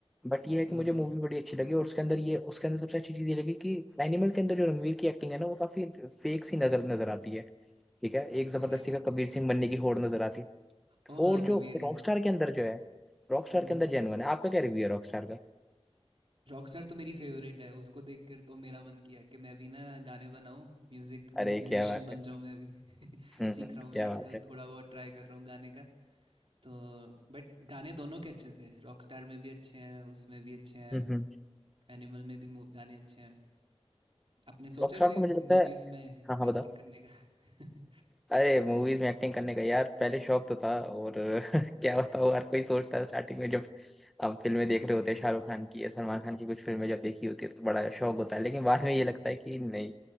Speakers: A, in the centre; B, on the right (about 60°).
A: बट ये है कि
B: हम्म
A: मुझे मूवी बड़ी अच्छी लगी और उसके अंदर ये उसके अंदर सबसे अच्छी चीज ये लगी कि एनिमल के अंदर जो रणवीर की एक्टिंग है ना वो काफी फेक सी नजर नजर आती है ठीक है एक जबरदस्ती
B: राइट
A: का कबीर सिंह बनने की होड़ नजर आती है
B: ओ हाँ
A: और
B: कबीर
A: जो
B: जैसा
A: रॉकस्टार के अंदर जो है रॉकस्टार
B: हम्म
A: के अंदर जेनुअन है आपका क्या रिव्यू है रॉकस्टार का
B: रॉकस्टार तो मेरी फेवरेट है उसको देख कर तो मेरा मन किया कि मैं भी ना गाने बनाऊं म्यूजिक म्यूजिशियन
A: अरे क्या बात
B: बन
A: है
B: जाऊं मैं भी
A: हम्म
B: सीख
A: हम्म,
B: रहा हूँ मैं
A: क्या
B: आजकल
A: बात है
B: थोड़ा बहुत ट्राई कर रहा हूँ गाने का तो बट गाने दोनों के अच्छे थे रॉकस्टार में भी अच्छे हैं उसमें भी अच्छे हैं
A: हम्म हम्म
B: एनिमल में भी मु- गाने अच्छे हैं आपने सोचा
A: रॉकस्टार
B: कभी
A: तो मुझे लगता
B: मूवीज
A: है
B: में
A: हाँ हाँ
B: एक्टिंग
A: बताओ
B: करने का <laughs>
A: अरे मूवीज में एक्टिंग करने का यार पहले शौक तो था और <laughs> क्या बताओ हर कोई सोचता है स्टार्टिंग में जब अब फिल्में देख रहे होते हैं शाहरुख खान की या सलमान खान की कुछ फिल्में जब देखी होती है तो बड़ा शौक होता है लेकिन बाद में ये लगता है कि नहीं